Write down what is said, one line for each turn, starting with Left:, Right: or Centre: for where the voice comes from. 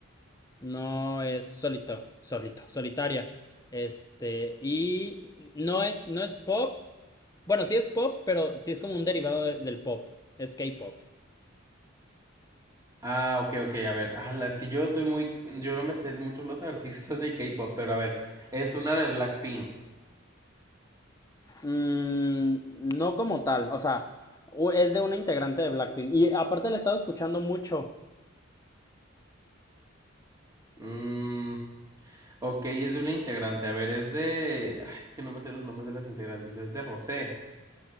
Left: No es solito, solito, solitaria. Este, y no es, no es pop. Bueno, sí es pop, pero sí es como un derivado de- del pop. Es K-pop.
Right: Ah, ok, ok. A ver. Ah, es que yo soy muy. Yo no me sé mucho los artistas de K-pop, pero a ver. Es una de Blackpink.
Left: Mm, no como tal, o sea, es de una integrante de Blackpink. Y aparte la he estado escuchando mucho.
Right: Mm, ok, es de una integrante. A ver, es de. Ay, es que no me sé los nombres de las integrantes. Es de Rosé.